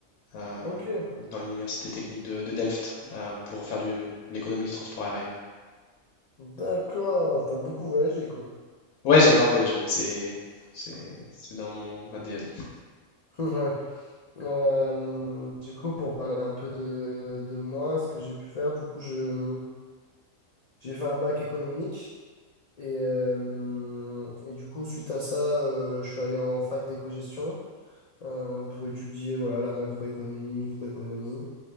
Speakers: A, on the left (about 85°); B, on the left (about 70°).
A: euh,
B: Ok,
A: dans l'université technique de, de Delft euh, pour faire du, de l'économie du transport aérien.
B: d'accord. T'as beaucoup voyagé, quoi.
A: Ouais, j'adore voyager, c'est c'est c'est dans mon ADN.
B: <laughs> Ouais. Euh, du coup, pour parler un peu de, de moi, ce que j'ai pu faire, du coup, je, j'ai fait un bac économique. Et, euh, et du coup, suite à ça, euh, je suis allé en fac d'éco-gestion euh, pour étudier voilà, la macroéconomie, microéconomie.